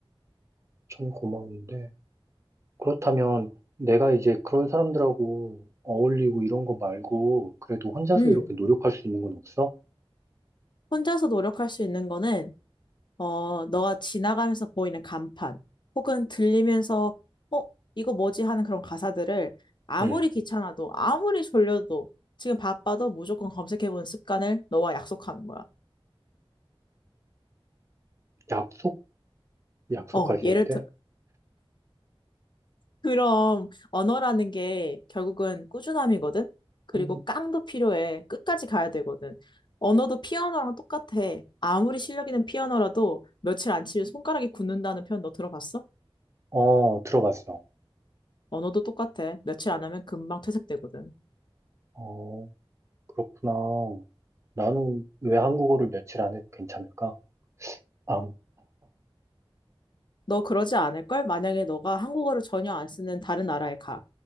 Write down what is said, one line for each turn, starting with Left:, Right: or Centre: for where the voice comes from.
Right: 전 고마운데. 그렇다면 내가 이제 그런 사람들하고 어울리고 이런 거 말고 그래도 혼자서
Left: 음.
Right: 이렇게 노력할 수 있는 건 없어?
Left: 혼자서 노력할 수 있는 거는, 어, 너가 지나가면서 보이는 간판, 혹은 들리면서, 어, 이거 뭐지 하는 그런 가사들을 아무리
Right: 응.
Left: 귀찮아도, 아무리 졸려도, 지금 바빠도 무조건 검색해보는 습관을 너와 약속하는 거야.
Right: 약속? 약속까지
Left: 어, 예를
Right: 해야 돼?
Left: 들, 그럼 언어라는 게 결국은 꾸준함이거든? 그리고
Right: 아니,
Left: 깡도 필요해. 끝까지 가야 되거든. 언어도 피아노랑 똑같아. 아무리 실력 있는 피아노라도 며칠 안 치면 손가락이 굳는다는 표현 너 들어봤어?
Right: 어, 들어봤어.
Left: 언어도 똑같아. 며칠 안 하면 금방 퇴색되거든.
Right: 어, 그렇구나. 나는 왜 한국어를 며칠 안 해도 괜찮을까? 아,
Left: 너 그러지 않을걸? 만약에 너가 한국어를 전혀 안 쓰는 다른 나라에 가.